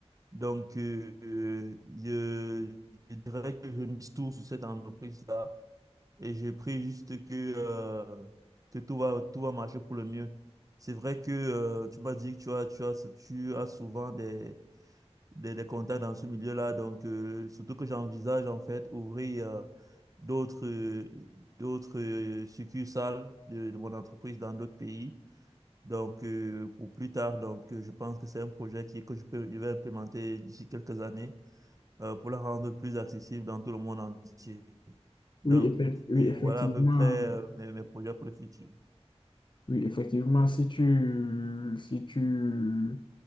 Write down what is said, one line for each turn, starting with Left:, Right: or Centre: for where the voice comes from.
Right: Donc, euh, euh, je, je dirais que je mise tout sur cette entreprise et je prie juste que, euh, que tout va, tout va marcher pour le mieux. C'est vrai que euh, tu m'as dit que tu as, tu as, tu as souvent des, des, des contacts dans ce milieu-là. Donc, euh, surtout que j'envisage en fait ouvrir euh, d'autres euh, d'autres euh, succursales de, de mon entreprise dans d'autres pays. Donc, euh, pour plus tard, donc, euh, je pense que c'est un projet qui, que je peux, je vais implémenter d'ici quelques années euh, pour la rendre plus accessible dans tout le monde entier.
Left: Oui,
Right: Donc,
Left: effect- oui,
Right: euh,
Left: effectivement.
Right: voilà à peu près euh, mes, mes projets pour le futur.
Left: Oui, effectivement, si tu, si tu,